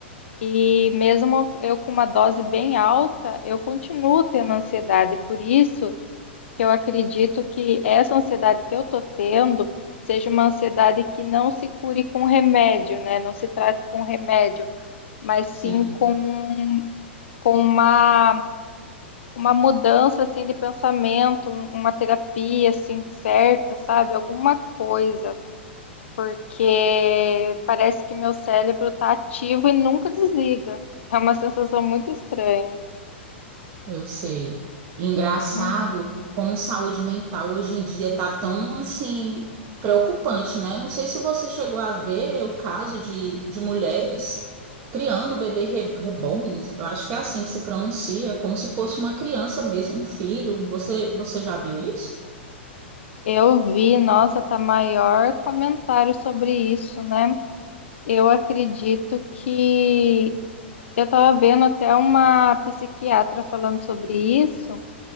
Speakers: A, on the left (about 75°); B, on the right (about 40°).
A: E mesmo eu com uma dose bem alta, eu continuo tendo ansiedade. Por isso que eu acredito que essa ansiedade que eu estou tendo seja uma ansiedade que não se cure com remédio, né? Não se trate com remédio, mas
B: Sim.
A: sim com, com uma, uma mudança assim de pensamento, um- uma terapia assim certa, sabe? Alguma coisa porque parece que meu cérebro tá ativo e nunca desliga. É uma sensação muito estranha.
B: Eu sei. Engraçado
A: Uhum.
B: como saúde mental hoje em dia tá tão assim preocupante, né? Não sei se você chegou a ver o caso de, de mulheres criando bebê re- reborns. Eu acho que é assim que se pronuncia, como se fosse uma criança mesmo, um filho. Você, você já viu isso?
A: Eu vi, nossa, tá maior comentário sobre isso, né? Eu acredito que eu tava vendo até uma psiquiatra falando sobre isso,